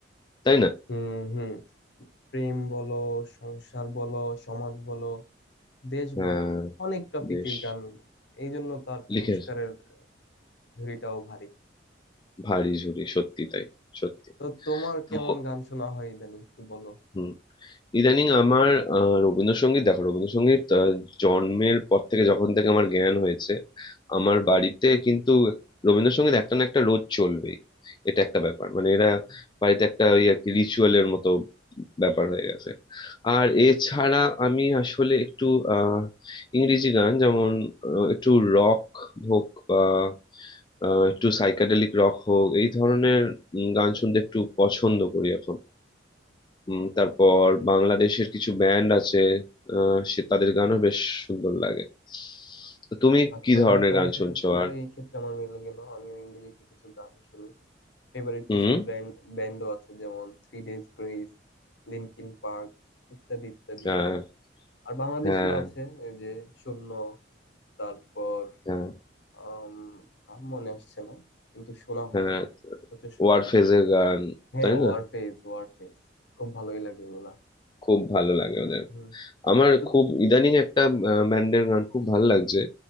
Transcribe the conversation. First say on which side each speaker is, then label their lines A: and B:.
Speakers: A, on the left; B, on the left.
A: তাই না
B: হুম হুম প্রেম বলো সংসার বলো সমাজ বলো দেশ
A: হ্যাঁ
B: বলো অনেক টপিকেই
A: বেশ
B: গান এই জন্য তার পুরস্কারের
A: লিখে
B: ঝুড়িটাও ভারী
A: ভারী ঝুরি সত্যি তাই সত্যি
B: তো তোমার
A: তো
B: কেমন গান শোনা হয় ইদানিং একটু বলো
A: হুম ইদানিং আমার আহ, রবীন্দ্রসঙ্গীত দেখো রবীন্দ্রসঙ্গীত আহ, জন্মের পর থেকে যখন থেকে আমার জ্ঞান হয়েছে আমার বাড়িতে কিন্তু রবীন্দ্রসঙ্গীত একটা না একটা রোজ চলবেই এটা একটা ব্যাপার মানে এরা বাড়িতে একটা ওই আর কি রিচুয়ালের মতো ব্যাপার হয়ে গেছে আর এছাড়া আমি আসলে একটু আহ ইংরেজি গান যেমন আহ, একটু রক হোক বা আহ, একটু সাইকাডেলিক রক হোক এই ধরনের উম, গান শুনতে একটু পছন্দ করি এখন উম, তারপর বাংলাদেশের কিছু ব্যান্ড আছে আহ, সে তাদের গানও বেশ সুন্দর লাগে তো তুমি
B: আচ্ছা
A: কি ধরনের
B: বা তোমার
A: গান
B: সাথে
A: শুনছো
B: তো
A: আর
B: এই ক্ষেত্রে আমার মিলে গেল আমিও ইংরেজিতে কিছু গান শুনি ফেভারিট
A: হুম
B: কিছু ব্র্যান্ড ব্যান্ডও আছে যেমন Three Days Grace Linkin Park ইত্যাদি ইত্যাদি
A: হ্যাঁ
B: আর বাংলাদেশিও
A: হ্যাঁ
B: আছে এই যে শূন্য তারপর
A: হ্যাঁ
B: আম, নাম মনে আসছে না কিন্তু শোনা
A: হ্যাঁ
B: হয় প্রচুর শোনা
A: ওয়ারফেজের
B: হয়
A: গান
B: হ্যাঁ
A: তাই না
B: ওয়ারফেজ ওয়ারফেজ খুব ভালোই লাগে এগুলা
A: খুব ভালো লাগে ওদের
B: হুম
A: আমার
B: তো
A: খুব ইদানিং একটা ব্যান্ডের গান খুব ভালো লাগছে